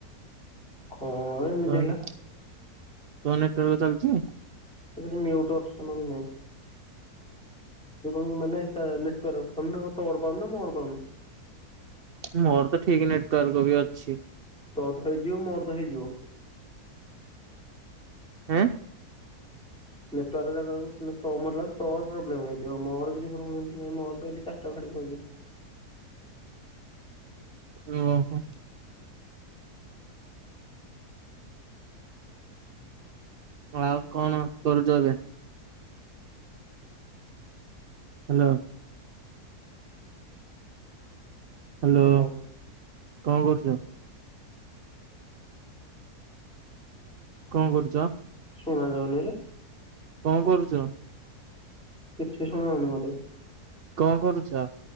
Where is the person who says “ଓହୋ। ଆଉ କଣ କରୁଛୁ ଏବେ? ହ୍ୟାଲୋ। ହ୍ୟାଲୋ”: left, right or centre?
Right